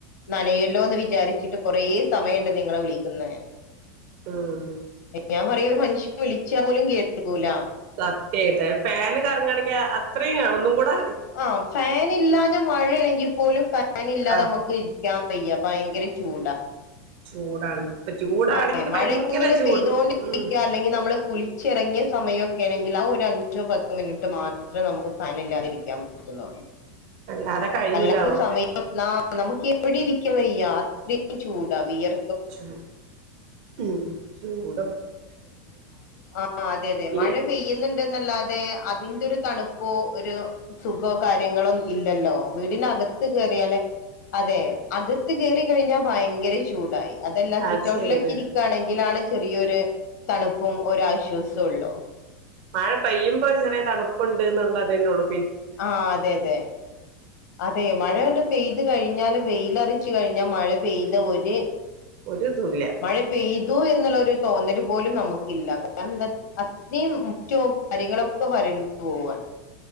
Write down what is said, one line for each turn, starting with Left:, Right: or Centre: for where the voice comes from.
Left: നനയല്ലോന്ന് വിചാരിച്ചിട്ട് കൊറെ സമയംണ്ട് നിങ്ങളെ വിളിക്കുന്നേ
Right: ഉം
Left: ഞാൻ പറയും ഒരു മനുഷ്യൻ വിളിച്ചാ പോലും കേക്കൂല.
Right: സത്യായിട്ട് ഫാന് കറങ്ങയാണെങ്കി അത്രയും ഒന്നുംകൂടെ
Left: ആഹ് ഫാനില്ലാഞ്ഞ മഴേണെങ്കിൽ പോലും ഫാനില്ലാതെ
Right: ആഹ്
Left: നമുക്ക് ഇരിക്കാം. വയ്യ ഭയങ്കര ചൂടാ
Right: ചൂടാണ് ഇപ്പൊ ചൂടാണെങ്കിൽ
Left: അതെ മഴ
Right: ഭയങ്കര
Left: ഒക്കെങ്ങനെ
Right: ചൂട്
Left: പെയ്തോണ്ടിരിക്ക
Right: ഉം
Left: അല്ലെങ്കി നമ്മള് കുളിച്ചിറങ്ങിയ സമയയൊക്കെ ആണെങ്കിൽ ആ ഒരു അഞ്ചോ പത്തോ മിനിറ്റ് മാത്ര നമുക്ക് ഫാനില്ലാതിരിക്കാൻ പറ്റുന്നുള്ളൂ
Right: അല്ലാതെ കഴിയൂല
Left: <inaudible> അല്ലാത്ത സമയ് യം ന നമുക്കെവിടെ ഇരിക്കാൻ വയ്യ അത്രേം ചൂടാ വിയർ
Right: ചു, ഹ്മ്മ് ചൂടോ
Left: ആഹ് അതെ അതെ മഴ
Right: ഈ
Left: പെയ്യ്ന്ന്ണ്ട്ന്നല്ലാതെ അതിന്റെ ഒര് തണു പ്പോ ഒര് സു ഖോ കാര്യങ്ങളും ഇല്ലല്ലോ വീടിനകത്ത് കയറിയാലെ, അതെ അത് അകത്ത് കയറി കഴിഞ്ഞാൽ ഭയങ്കര ചൂടായി അതല്ലാ സിറ്റൗട്ടിലേക്ക്
Right: അത് ശരിയാണ്
Left: ഇരിക്കാണെങ്കിലാണ് ചെറിയൊര് തണുപ്പും ഒരാശ്വാസൊള്ളൂ
Right: മഴ പെയ്യുമ്പോൾ ഒര് ചെറിയ തണുപ്പുണ്ട് ഇന്ന ഇതന്നൊള്ളൂ
Left: ആഹ് അതെ അതെ, അതെ മഴങ്ങട്ട്
Right: ആഹ്
Left: പെയ് ത് കഴിഞ്ഞാല് വെയിലറിച്ച് കഴിഞ്ഞാ മഴ പെയ്ത ഒര്
Right: ഒരുതുല്ലാ.
Left: മഴ പെയ്തു എന്നുള്ളൊരു തോന്നല് പോലും നമുക്കില്ല കാരണം എന്താ അത്രിമ് മുറ്റോ കാര്യങ്ങളൊക്കെ വരണ്ട് പോവാണ്